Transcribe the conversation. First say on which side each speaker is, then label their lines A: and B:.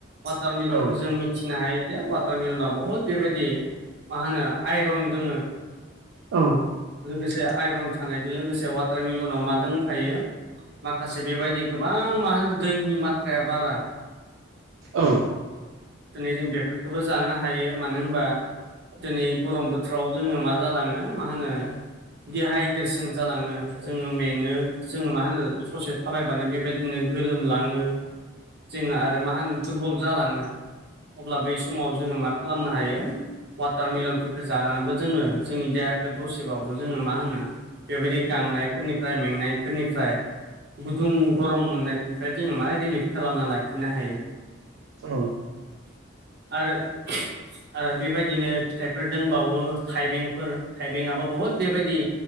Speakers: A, on the right (about 60°); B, on the right (about 85°).
A: वाटार मेलनखौ
B: औ
A: जों मि मिथिनो हायो जे वाटारमिलनाव बहुद बेबायदि मा होनो आइरन दोङो।
B: औ।
A: लोगोसे आइरन थानायजों लोगोसे वाटार मिलनाव मा दोंफायो माखासे बेबायदि गोबां मा होनो दैनि मात्राया बारा।
B: औ
A: दिनै जों बेफोरखौबो जानो हायो मानो होनबा दिनै गरम बोथोराव जोङो मा जालाङो मा होनो दिहाइद्रेसन जालाङो जोङो मे ङो जों मा होनो ससे थाबायबानो बेबायदिनो गोलोमलाङो। जोङो आरो मा होनो दुरबल जालाङो अब्ला बै समाव जोङो मा खालामनो हायो वाटारमेलनफोरखौ जानानैबो जोङो जोंनि देहाखौ दसेबाबो जोङो मा होनो बेबायदि गांनायफोरनिफ्राय मेंनायफोरनिफ्राय गुदुं गरम मोननायफोरनिफ्राय जोङो मा रिलिफ खालामना लाखिनो हायो
B: औ
A: आरो आरो बेबायदिनो फिथाइफोर दंबावो थाइबेंफोर थाइबेङाबो बुहुद बेबायदि